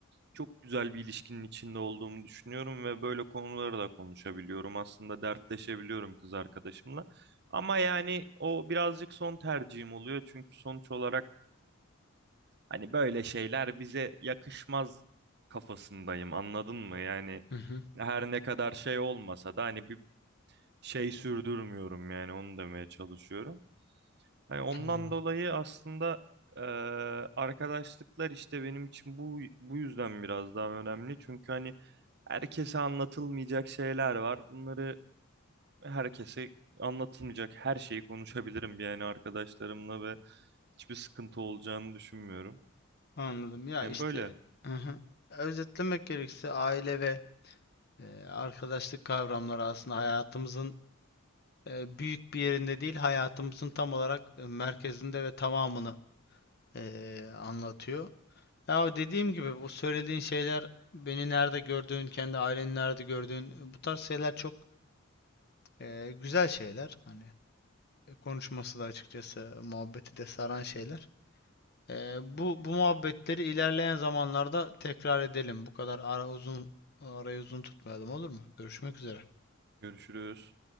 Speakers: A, on the right; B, on the left.
A: çok güzel bir ilişkinin içinde olduğumu düşünüyorum ve böyle konuları da konuşabiliyorum. Aslında dertleşebiliyorum kız arkadaşımla. Ama yani o birazcık son tercihim oluyor. Çünkü sonuç olarak Hani böyle şeyler bize yakışmaz kafasındayım anladın mı? Yani
B: Hı hı,
A: her ne kadar şey olmasa da hani bir şey sürdürmüyorum yani onu demeye çalışıyorum. Hani ondan
B: anladım.
A: dolayı aslında eee, arkadaşlıklar işte benim için bu bu yüzden biraz daha önemli. Çünkü hani herkese anlatılmayacak şeyler var. Bunları herkese anlatılmayacak her şeyi konuşabilirim yani arkadaşlarımla ve hiçbir sıkıntı olacağını düşünmüyorum.
B: Anladım. Ya
A: Yani
B: işte
A: böyle
B: hı hı. Özetlemek gerekirse aile ve e, arkadaşlık kavramları aslında hayatımızın e, büyük bir yerinde değil, hayatımızın tam olarak e, merkezinde ve tamamını e, anlatıyor. Ya dediğim gibi bu söylediğin şeyler beni nerede gördüğün, kendi aileni nerede gördüğün e, bu tarz şeyler çok e, güzel şeyler. Hani e, konuşması da açıkçası muhabbeti de saran şeyler. Ee, bu bu muhabbetleri ilerleyen zamanlarda tekrar edelim. Bu kadar ara uzun arayı uzun tutmayalım olur mu? Görüşmek üzere.
A: görüşürüz.